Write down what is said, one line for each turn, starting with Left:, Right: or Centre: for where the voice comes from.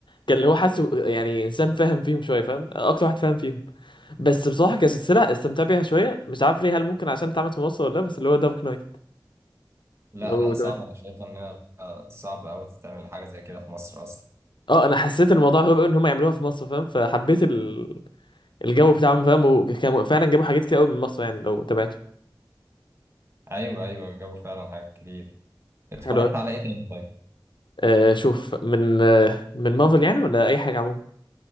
Left: كان اللي هو حاسه يعني انسان فاهم فيهم شويه فاهم اكتر واحد فاهم فيهم بس بصراحه كسلسله استمتع بيها شويه مش عارف ليه هل ممكن عشان اتعملت في مصر ولا لا بس اللي هو دارك نايت
Right: لا
Left: لو
Right: لا
Left: تمام
Right: صعب انا شايفه انها آه، صعب قوي تتعمل حاجه زي كده في مصر اصلا
Left: اه انا حسيت الموضوع غريب قوي ان هم يعملوها في مصر فاهم فحبيت ال... الجو بتاعهم فاهم وكانوا فعلا جابوا حاجات كتير قوي من مصر يعني لو تابعته
Right: ايوه ايوه الجو فعلا حاجات كتير اتفرجت
Left: حلو قوي
Right: على ايه تاني طيب
Left: آه شوف من آه من مارفل يعني ولا اي حاجه عموما